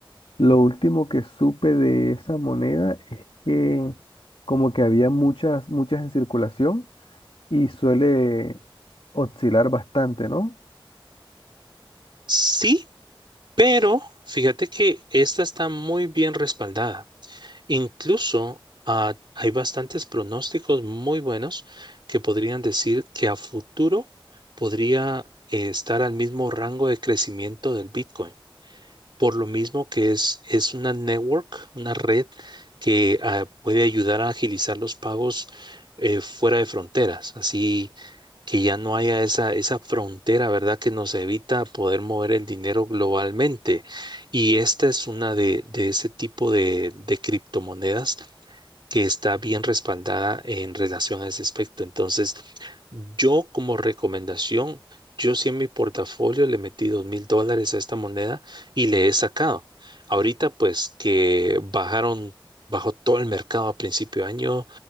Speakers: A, on the left; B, on the right.
A: Lo último que supe de esa moneda es que como que había muchas, muchas en circulación y suele oscilar bastante, ¿no?
B: Sí, pero fíjate que esta está muy bien respaldada. Incluso ah, hay bastantes pronósticos muy buenos que podrían decir que a futuro podría eh, estar al mismo rango de crecimiento del Bitcoin por lo mismo que es, es una network, una red que ah, puede ayudar a agilizar los pagos eh, fuera de fronteras, así que ya no haya esa, esa frontera, ¿verdad? Que nos evita poder mover el dinero globalmente. Y esta es una de, de ese tipo de, de criptomonedas que está bien respaldada en relación a ese aspecto. Entonces, yo como recomendación, yo sí en mi portafolio le metí dos mil dólares a esta moneda y le he sacado. Ahorita, pues que bajaron, bajó todo el mercado a principio de año